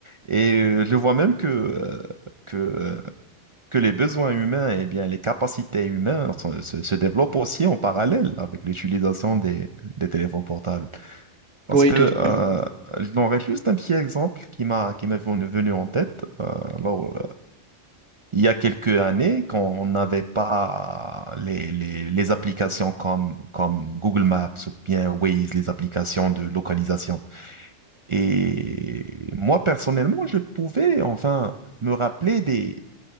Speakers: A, on the right (about 50°); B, on the right (about 80°).
A: Et euh, je vois même que, euh, que, euh, que les besoins humains, et bien, les capacités humaines sont- se, se développent aussi en parallèle avec l'utilisation des, des téléphones portables. Parce
B: Oui,
A: que,
B: tout
A: Oui, euh,
B: à fait.
A: j'aurais juste un petit exemple qui m'a, qui m'est venu venu en tête. Euh, alors, Il y a quelques années, quand on n'avait pas les, les, les applications comme, comme Google Maps ou bien Waze, les applications de localisation. Et moi, personnellement, je pouvais enfin me rappeler des,